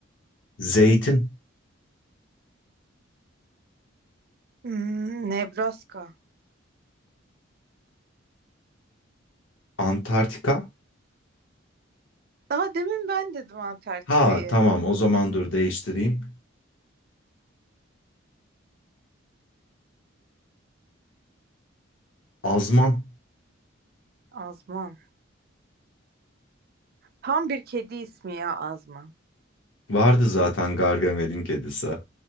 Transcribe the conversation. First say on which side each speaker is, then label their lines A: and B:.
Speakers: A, on the left; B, on the right.
A: Zeytin.
B: Hmm, Nebraska.
A: Antarktika.
B: Daha demin ben dedim Antarktika'yı.
A: Ha tamam o zaman dur değiştireyim. Azman.
B: Azman. Tam bir kedi ismi ya Azman.
A: Vardı zaten Gargamel'in kedisi.